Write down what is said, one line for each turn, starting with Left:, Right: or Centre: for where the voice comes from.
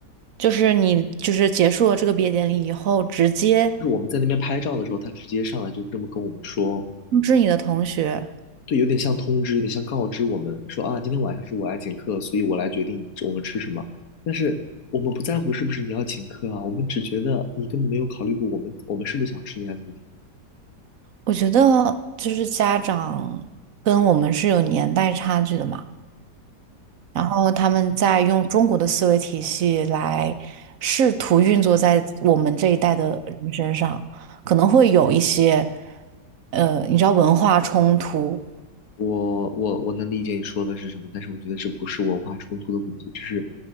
Right: 就是你就是结束了这个毕业典礼以后，直接
Left: 就是我们在那边拍照的时候，他直接上来就这么跟我们说，
Right: 通知你的同学。
Left: 对，有点像通知，有点像告知我们说啊，今天晚上是我来请客，所以我来决定我们吃什么。但是我们不在乎是不是你要请客啊，我们只觉得你根本没有考虑过我们我们是不是想吃那家餐厅。
Right: 我觉得就是家长跟我们是有年代差距的嘛，然后他们在用中国的思维体系来试图运作在我们这一代的人身上，可能会有一些呃，你知道文化冲突。
Left: 我我我能理解你说的是什么，但是我觉得这不是文化冲突的问题，这是